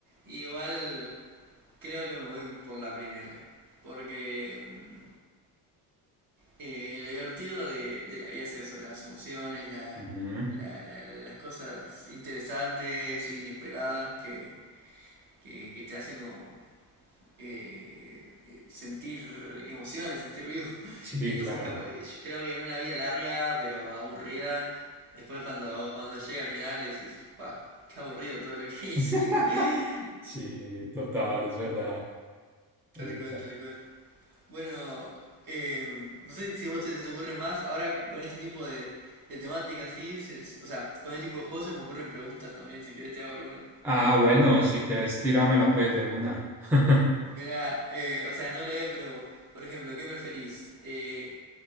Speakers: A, on the right; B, in the centre.
A: Igual creo que me voy por la primera. Porque mm, eh, lo divertido de, de la vida es eso, las emociones, la,
B: Ujú.
A: la- la- la- las cosas interesantes e inesperadas que, que, que te hacen como eh, eh, sentir emociones, sentir vivo. <laughs>
B: Sí,
A: Entonces
B: claro.
A: capaz- yo creo que en una vida larga pero aburrida, después cuando, cuando llega al final decís, pa, qué aburrido todo lo que
B: <laughs>
A: hice. <laughs>
B: Sí, total, es verdad. Es
A: Tal
B: verdad.
A: cual, tal cual. Bueno, eh, no sé si vos te, se te ocurre más, ahora con este tipo de, de temáticas, sí, se- se- o sea, con este tipo de juegos se me ocurren preguntas también, si querés te hago alguna.
B: Ah, bueno, si querés, tíramela pues de una. <laughs>
A: Mira, eh, o sea, no la veo, pero, por ejemplo, ¿qué preferís? Eh,